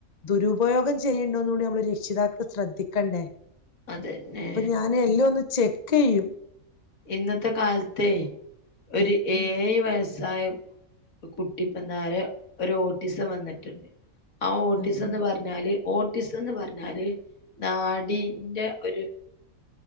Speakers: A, on the left (about 35°); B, on the left (about 75°).
A: ദുരുപയോഗം
B: ഉം
A: ചെയ്യ് ണ്ടോന്നൂടി നമ്മള് രക്ഷിതാക്കൾ ശ്രദ്ധിക്കണ്ടേ
B: അതന്നെ
A: പ്പം ഞാന് എല്ലോന്ന് ചെക്കേയ്യും
B: ഇന്നത്തെ കാലത്തെ ഒരു
A: ഉം ഉം
B: ഏഴ് വയസ് സായ കുട്ടിപ്പന്നാരെ ഒരു ഓട്ടിസം വന്നിട്ടുണ്ട് ആ ഓട്ടീസം
A: ഉം ഉം
B: ന്ന് പർഞ്ഞാല് ഓട്ടിസം ന്ന് പറഞ്ഞാല് നാടിന്റെ ഒരു